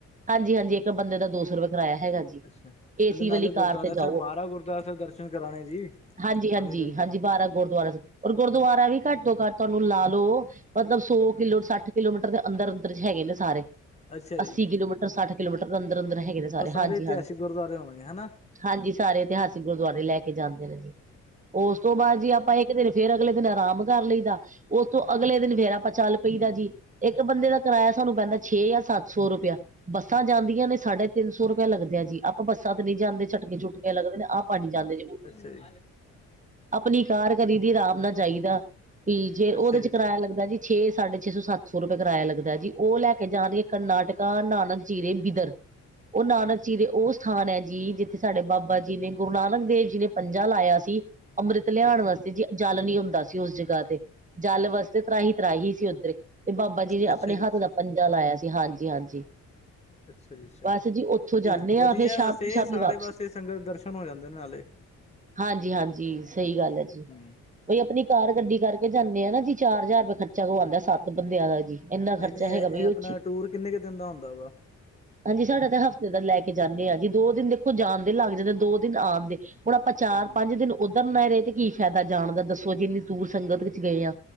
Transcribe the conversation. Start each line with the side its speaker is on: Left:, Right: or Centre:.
Right: ਹਾਂਜੀ -ਹਾਂਜੀ, ਇੱਕ ਬੰਦੇ ਦਾ ਦੋ ਸੌ ਰੁਪਇਆ ਕਿਰਾਇਆ ਹੈਗਾ ਜੀ।
Left: ਅੱਛਾ
Right: ਏਸੀ
Left: ਚਲੋ ਨਾਲੇ,
Right: ਵਾਲੀ
Left: ਗੁਰਦੁਆਰਾ
Right: ਕਾਰ ਤੇ ਜਾਓ
Left: ਸਾਹਿਬ ਬਾਰਾਂ ਗੁਰਦੁਆਰਾ ਸਾਹਿਬ ਦਰਸ਼ਨ ਕਰਾਣੇ ਜੀ।
Right: ਹਾਂਜੀ -ਹਾਂਜੀ,
Left: ਆ ਵੀ ਦੇਖੋ
Right: ਹਾਂਜੀ ਬਾਰਾਂ ਗੁਰਦੁਆਰਾ ਸਾਹਿਬ, ਔਰ ਗੁਰਦੁਆਰਾ ਵੀ ਘੱਟ ਤੋਂ ਘੱਟ ਤੁਹਾਨੂੰ ਲਾ ਲਓ ਮਤਲਬ ਸੌ ਕਿਲੋ, ਸੱਠ ਕਿਲੋਮੀਟਰ ਦੇ ਅੰਦਰ -ਅੰਦਰ ਚ, ਹੈਗੇ ਨੇ ਸਾਰੇ।
Left: ਅੱਛਾ
Right: ਅੱਸੀ
Left: ਜੀ
Right: ਕਿਲੋਮੀਟਰ, ਸੱਠ ਕਿਲੋਮੀਟਰ ਦੇ ਅੰਦਰ- ਅੰਦਰ ਹੈਗੇ ਨੇ ਸਾਰੇ
Left: ਉਹ
Right: ਹਾਂਜੀ-
Left: ਇਤਿਹਾਸਿਕ
Right: ਹਾਂਜੀ।
Left: ਗੁਰਦੁਆਰੇ ਹੋਣਗੇ ਹਨਾ
Right: ਹਾਂਜੀ, ਸਾਰੇ ਇਤਿਹਾਸਿਕ ਗੁਰਦੁਆਰੇ ਲੈ ਕੇ ਜਾਂਦੇ ਨੇ ਜੀ, ਉਸ ਤੋਂ ਬਾਅਦ ਜੀ ਆਪਾਂ ਇੱਕ ਫੇਰ, ਅਗਲੇ ਦਿਨ ਆਰਾਮ ਕਰ ਲਈਦਾ। ਉਸ ਤੋਂ ਅਗਲੇ ਦਿਨ ਫੇਰਾ ਆਪਾਂ ਚੱਲ ਪਈਦਾ ਜੀ, ਇੱਕ ਬੰਦੇ ਦਾ ਕਿਰਾਇਆ ਸਾਨੂੰ ਪੈਂਦਾ ਛੇ ਜਾ ਸੱਤ ਸੌ ਰੁਪਇਆ। ਬੱਸਾਂ ਜਾਂਦੀਆਂ ਨੇ, ਸਾਢੇ ਤਿੰਨ ਸੌ ਰੁਪਇਆ ਲੱਗਦਾ ਆ ਜੀ, ਆਪਾਂ ਬੱਸਾਂ ਤੇ ਨੀ ਜਾਂਦੇ ਝਟਕੇ -ਝੁਟਕੇ ਲੱਗਦੇ ਨੇ, ਆਪਾਂ ਨਹੀਂ ਜਾਂਦੇ ਜੀ
Left: ਅੱਛਾ ਜੀ।
Right: ਆਪਣੀ ਕਾਰ ਕਰੀ ਦੀ ਆਰਾਮ ਨਾਲ ਜਾਹੀਦਾ ਵੀ ਜੇ ਉਹਦੇ
Left: ਅੱਛਾ ਜੀ
Right: ਚ ਕਿਰਾਇਆ
Left: ਅੱਛਾ
Right: ਲੱਗਦਾ ਜੀ ਛੇ ਸਾਢੇ ਛੇ ਸੌ ਸੱਤ ਸੌ ਰੁਪਏ ਕਿਰਾਇਆ ਲਗਦਾ ਜੀ ਉਹ ਲੈ ਜਾਨੇ ਕਰਨਾਟਕਾ ਨਾਨਕ ਜੀਰੇ ਬਿਦਰ ਉਹ ਨਾਨਕ ਜੀ ਦੇ ਉਹ ਸਥਾਨ ਹੈ ਜੀ ਜਿੱਥੇ ਸਾਡੇ ਬਾਬਾ ਜੀ ਨੇ ਗੁਰੂ ਨਾਨਕ ਦੇਵ ਜੀ ਨੇ ਪੰਜਾ ਲਾਇਆ ਸੀ ਅੰਮ੍ਰਿਤ ਲਿਆਉਣ
Left: ਅੱਛਾ
Right: ਵਾਸਤੇ ਜੀ ਜਲ ਨੀ ਹੁੰਦਾ ਸੀ ਉਸ ਜਗ੍ਹਾ ਤੇ ਜਲ ਵਾਸਤੇ ਤਰਾਹੀ ਤਰਾਹੀ ਸੀ ਉੱਧਰੇ ਤੇ ਬਾਬਾ ਜੀ ਨੇ
Left: ਅੱਛਾ
Right: ਆਪਣੇ ਹੱਥ
Left: ਅੱਛਾ
Right: ਦਾ ਪੰਜਾ ਲਾਇਆ ਸੀ ਹਾਂਜੀ ਹਾਂਜੀ।
Left: ਅੱਛਾ ਜੀ ਅੱਛਾ
Right: ਬਸ ਜੀ ਉੱਥੋਂ ਜਾਂਦੇ
Left: ਤੇ
Right: ਹਾਂ
Left: ਵਧੀਆ
Right: ਫਿਰ ਸ਼ਾਮ
Left: ਬਸੇ
Right: ਸ਼ਾਮੀ
Left: ਸਾਰੇ
Right: ਵਾਪਸੀ
Left: ਬਸੇ ਸੰਗਤ ਦਰਸ਼ਨ ਹੋ ਜਾਂਦੇ ਨਾਲੇ
Right: ਹਾਂਜੀ ਹਾਂਜੀ ਸਹੀ ਗੱਲ ਹੈ ਜੀ।
Left: ਹਮ
Right: ਬਈ ਆਪਣੀ ਕਾਰ ਗੱਡੀ ਕਰਕੇ ਜਾਂਦੇ ਆ ਨਾ ਜੀ ਚਾਰ ਹਜ਼ਾਰ ਰੁਪਏ ਖਰਚਾ ਕਵਾਉਂਦਾ ਸੱਤ ਬੰਦਿਆਂ ਦਾ ਜੀ। ਇੰਨਾ ਖਰਚਾ
Left: ਨਹੀਂ ਨਹੀਂ
Right: ਹੈਗਾ
Left: ਇਹ
Right: ਬਾਈ
Left: ਆਪਣਾ
Right: ਚੀ
Left: ਟੂਰ ਕਿੰਨੇ ਕੁ ਦਿਨ ਦਾ ਹੁੰਦਾ ਵਾ
Right: ਹਾਂਜੀ ਸਾਡਾ ਤਾਂ ਹਫ਼ਤੇ ਦਾ ਲੈ ਕੇ ਜਾਂਦੇ ਹਾਂ ਜੀ ਦੋ ਦਿਨ ਦੇਖੋ ਜਾਣਦੇ ਲੱਗ ਜਾਂਦੇ ਦੋ ਦਿਨ ਆਉਣ ਦੇ ਹੁਣ ਆਪਾਂ ਚਾਰ
Left: ਹਮ
Right: ਪੰਜ ਦਿਨ ਉੱਧਰ ਨਾ ਰਹੇ ਤੇ ਕੀ ਫਾਇਦਾ ਜਾਣਦਾ ਦੱਸੋ ਜੇ ਇੰਨੀ ਦੂਰ ਸੰਗਤ ਵਿੱਚ ਗਏ ਆ